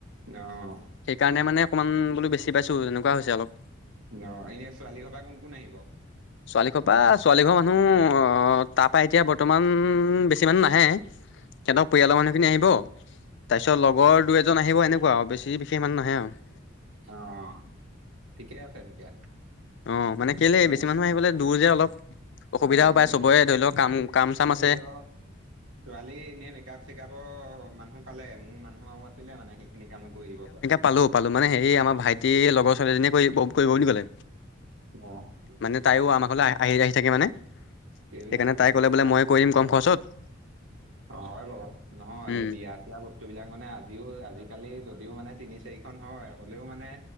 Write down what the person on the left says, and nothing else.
সেইকাৰণে মানে অকণমান বোলোঁ বেছি পাইছোঁ তেনেকুৱা হৈছে অলপ',
ছোৱালী ঘৰ পৰা ছোৱালীঘৰ মানুহ আহ', তাৰপৰা এতিয়া বৰ্তমান বেছি', ইমানো নাহে, সিহঁত পৰিয়ালৰ মানুহ খিনি আহিব', তাৰপিছত লগৰ দুই এজন আহিব এনেকুৱা আৰু বেছি বিশেষ মানুহ নাহে আৰু',
অ', মানে কেলে
বেছি মানুহ আহিবলৈ দূৰ যে অলপ', অসুবিধাও
পায়, চবৰে ধৰি লওক কাম, কাম চাম
আছে',
পালোঁ, -পালোঁ, মানে হেৰি আমাৰ ভাইটি লগৰ ছোৱালী এজনীয়ে কৰি', কৰিব বুলি ক'লে।
মানে তাইও আমাৰলৈ আহ', - আহি- আহি, থাকে মানে সেইকাৰণে
তাই ক'লে
বোলে মই
কৰিদিম কম খৰচতে।
উম